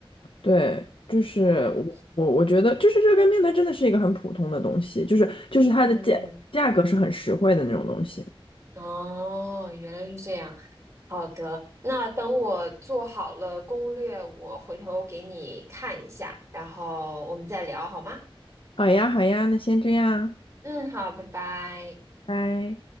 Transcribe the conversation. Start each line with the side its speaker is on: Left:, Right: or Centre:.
Left: 对，就是我我我觉得，
Right: 哎
Left: 就是热干面它真的是一个很普通的东西，就是就是它的价价格是很实惠的那种东西。
Right: 嗯。哦，原来是这样。好的，那等我做好了攻略，我回头给你看一下，然后我们再聊好吗？
Left: 好呀，好呀，那先这样，
Right: 嗯，好，拜拜。
Left: 拜。